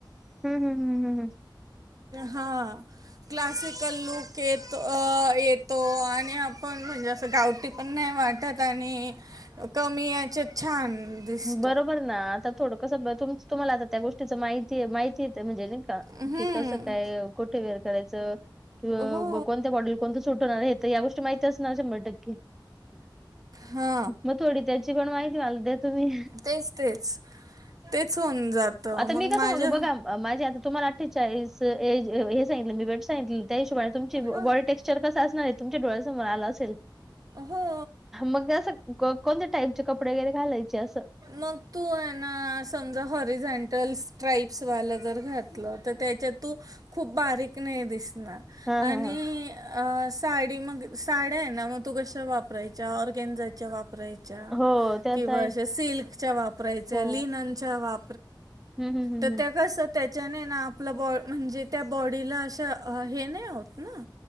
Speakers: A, in the centre; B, on the right.
A: हम्म हम्म हम् हम् हम
B: हा क्लासिकल लूक येतो येतो आणि आपण म्हणजे असं गावटी पण नाही वाटत आणि कमी याचे छान दिसतो
A: बरोबर ना आता थोडं कसं तुम्हाला आता त्या गोष्टीच माहिती माहितीेत म्हणजे क
B: हम्म
A: कस काय कुठे वेर करायचं किंवा
B: हो
A: कोणत्या मॉडेल कोणतं सुटवणार या गोष्टी माहचणार शंभर टक्के
B: हा
A: मग थोडी त्याची पण माहि वाल तु्ही
B: तेच तेच तेच होऊन जातं
A: आता
B: मग
A: मी कसग
B: माझ्या
A: बघा माझे आता तुम्हाला अठ्ठेचाळीस एज हे सांगित मी वेट सांगित त्या हिशोबा तुम
B: ह
A: बॉडी टेक्स्चर कसं अस तुम डळ्यासोर आ असेल
B: हो
A: मग अस कोण टा कपडे वगैरे घालायचे असं
B: म तू सम ह सा जर घात त्या तू खप बारीक नाही दिसणार
A: हा हा
B: आणि
A: हा.
B: अ साडी मग साड्या आहे ना मग तू कश वापरायच्या ऑरगॅनझाच्या वापरायच्या कि
A: हो त्यात आहे
B: सिल् वापराय
A: हो
B: लिनन वा
A: हम्म हम्म हम्म
B: त्या कस जने ना आपला बॉ म्हणजे त्या बॉडीला अा हे नाही होत ना